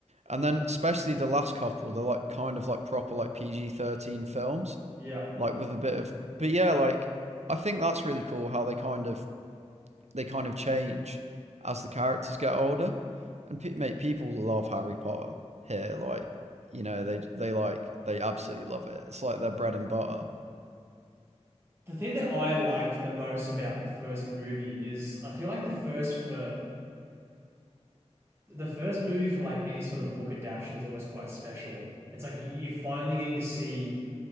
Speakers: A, on the right; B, on the right.
A: And then especially the last couple, they're like kind of like proper like PG thirteen films,
B: Yeah.
A: like with a bit of. But yeah, like I think that's really cool how they kind of they kind of change as the characters get older, and pe- mate, people love Harry Potter here. Like you know, they they like they absolutely love it. It's like their bread and butter
B: The thing that I liked the most about the first movie is I feel like the first for the first movie for like any sort of book adaptation is always quite special. It's like you, you're finally getting to see